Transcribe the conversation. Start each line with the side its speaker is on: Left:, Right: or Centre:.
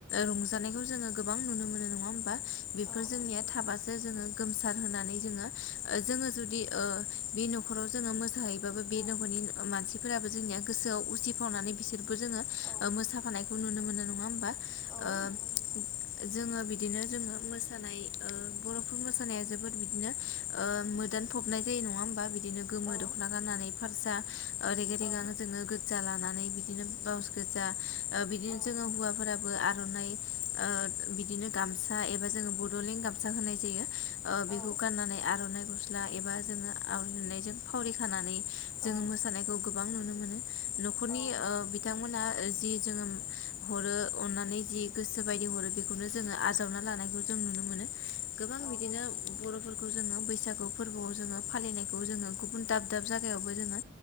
Left: रंजानायखौ जोङो गोबां नुनो मोनो नङा होम बा बेफोर
Centre: औ
Left: जोंनिया
Centre: नंगौ नोंथां
Left: थाबासो जोङो गोमसार होनानै जोङो ओ जोङो जुदि ओ बि न'खराव जोङो मोसाहैबाबो बे
Centre: उम
Left: न'खरनि मानसिफोराबो जोंनिया गोसोआव उसिफावनानै बिसोरबो जोङो
Centre: औ
Left: मोसाफानायखौ नुनो मोनो नङा होमबा।
Centre: औ
Left: ओ
Centre: नंगौ नोंथां।
Left: जोङो बिदिनो जोङो मोसानाय ओ बर'फोर मोसानाया जोबोद बिदिनो ओ मोदान फबनाय जायो नङा होमबा बिदिनो गोमो
Centre: औ
Left: दख'ना गाननानै फारसा रेगे रेगां
Centre: औ
Left: जोङो गोजा लाना नै बिदिनो ब्लाउस गोजा ओ बिदिनो
Centre: औ
Left: जोङो हौवाफोराबो आर'नाइ ओ बिदिनो गामसा एबा जोङो बड'लेण्ड गामसा होनाय जायो ओ बेखौ
Centre: औ
Left: गाननानै आर'नाइ ग'स दा एबा जोङो <unintelligible> जों फावरि खानानै जोङो
Centre: औ औ
Left: मोसानायखौ गोबां नुनो मोनो। न'खरनि
Centre: औ
Left: ओ बिथांमोनहा ओ जि जोङो हरो अननानै जि गोसो बायदि हरो बेखौनो जोङो। आजावना लानायखौ जों नुनो मोनो गोबां
Centre: औ
Left: बिदिनो
Centre: नंगौ नोंथां
Left: बर'फोरखौ जोङो बैसागु फोरबोआव जोङो फालिनायखौ जोङो गुबुन दाब-दाब जायगायावबो जोङो